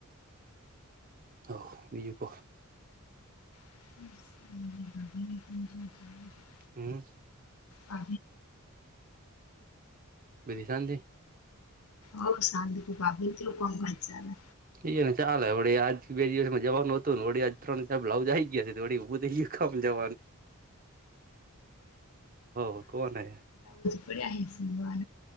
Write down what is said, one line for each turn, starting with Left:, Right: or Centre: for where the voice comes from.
Right: હ બીજુ, ક
Left: <unintelligible>
Right: હમ્મ
Left: અ
Right: બધી, શાંતિ
Left: હો શાંત, ભભ જુ કોમ ક ચાલે
Right: એ ને ચાલેડી આજ બે દિવસ મા જવાનુ હતુ, ને વ ત્રણ ચ બ્લાઉજ આવી ગયાશેડી એું થઈ ગયું. કમ જવા, હ કોણ હ?
Left: બડ હ, સ વિભના